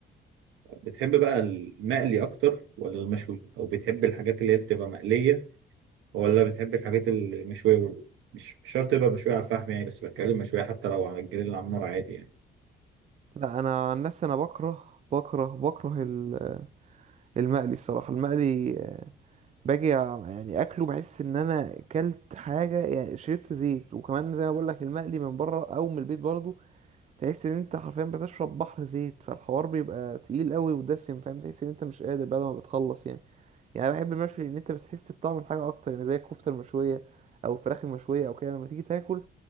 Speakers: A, on the right; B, on the right.
A: بتحب بقى المقلي اكتر ولا المشوي او بتحب الحاجات اللي هي بتبقى مقليه ولا بتحب الحاجات المشوية مش مش شرط تبقى مشوية على الفحم يعني بس بتكلم مشوية حتى لو على الجريل على النار عادي يعني
B: لا انا عن نفسي انا بكره بكره بكره ال- المقلي الصراحه المقلي آه، باجي أع- يعني اكله بحس ان انا اكلت حاجه يعني شربت زيت وكمان زي ما بقول لك المقلي من بره او من البيت برضو تحس ان انت حرفيا بتشرب بحر زيت فالحوار بيبقى تقيل قوي ودسم فاهم تحس ان انت مش قادر بعد ما بتخلص يعني يعني انا بحب المشوي ان انت بتحس بطعم الحاجه اكتر يعني زي الكفته المشويه او الفراخ المشويه او كده لما تيجي تاكل